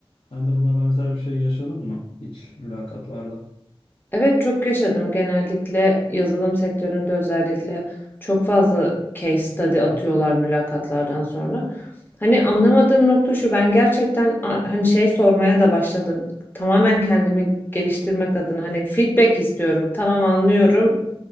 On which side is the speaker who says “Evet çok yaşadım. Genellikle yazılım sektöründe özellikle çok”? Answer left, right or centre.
Left